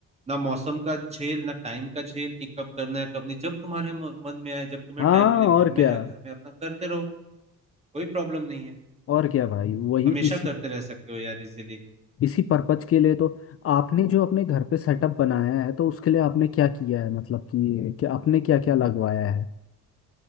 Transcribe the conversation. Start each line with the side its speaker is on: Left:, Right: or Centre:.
Right: ना मौसम का झेल ना टाइम का झेल कि कब करना है कब नहीं जब तुम्हारे म- मन में आए जब तुम्हें
Left: हाँ
Right: टाइम मिले घर
Left: और क्या
Right: में है घर में अपना करते रहो कोई प्रॉब्लम नहीं है
Left: और क्या भाई वही
Right: हमेशा
Left: इसी
Right: करते रह सकते हो यार इजीली
Left: इसी पर्पज के लिए तो आपने जो अपने घर पे सेटअप बनाया है तो उसके लिए आपने क्या किया है मतलब कि क्या आपने क्या क्या लगवाया है